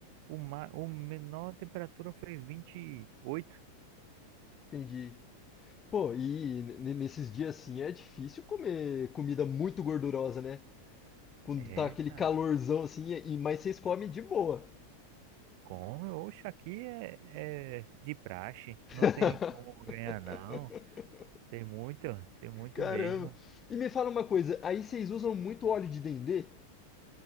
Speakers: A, on the right; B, on the left.
A: O, ma... o menor temperatura foi 28.
B: entendi. Pô, e n- nesses dias assim é difícil comer comida muito gordurosa, né? Quando
A: É,
B: tá aquele
A: cara.
B: calorzão assim, e, mas vocês comem de boa.
A: Como? Oxe, aqui é, é de praxe.
B: <laughs>
A: Não tem como ganhar, não. Tem muito, tem muito
B: Caramba.
A: mesmo.
B: E me fala uma coisa, aí vocês usam muito óleo de dendê?